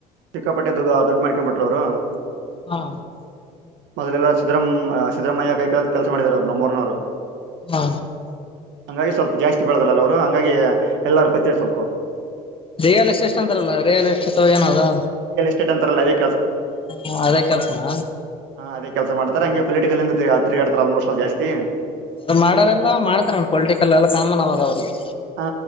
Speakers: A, on the right; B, on the left.
A: ಸಿಕ್ಕಾಪಟ್ಟೆ ದುಗ ದುಡ್ಡು ಮಾಡ್ಕೊಂಬುಟ್ಟು ಅವರು
B: ಹಾ
A: ಮೊದಲೆಲ್ಲ ಸರ್ ಸಿದ್ರಾಮ ಸಿದ್ದರಾಮಯ್ಯ ಕೈ ಕೆಳಗ ಕೆಲಸ ಮಾಡಿದೊರು ನಮ್ಮೂರನೊರು
B: ಹಾ
A: ಹಂಗಾಗಿ ಸ್ವಲ್ಪ ಜಾಸ್ತಿ ಬೆಳದ್ರಲ್ಲ ಅವ್ರು ಹಂಗಾಗಿ ಎಲ್ಲಾರ ಪಚ ಸ್ವಲ್ಪ
B: ರೇಯಾಲ ಎಷ್ಟ ಎಷ್ಟ ಅಂತಾರಲ್ಲ ರೇಯಾಲ ಎಷ್ಟು ಹೌದ ಹೆನಾದು
A: ಚಟ್ಟಂತರಲ್ಲದೇ
B: ಹ ಅದೇ ಕೆಲ್ಸನಾ
A: ಹಾ ಅದೇ ಕೆಲಸ ಮಾಡ್ತಾರೆ ಹಂಗೆ ಪೊಲಿಟಿಕಲ್ ತಿಗಾಡ್ತಾರೆ ಆಲ್ಮೋಸ್ ಅಲ್ಲಿ ಜಾಸ್ತಿ
B: ಅದು ಮಾಡೋರೆಲ್ಲ ಮಾಡ್ತಾರಣ ಪೊಲಿಟಿಕಲ್ ಎಲ್ಲ ಕಾಮನ್ ಅವಾಗ ಅವ್ರಿಗೆ
A: ಹಾ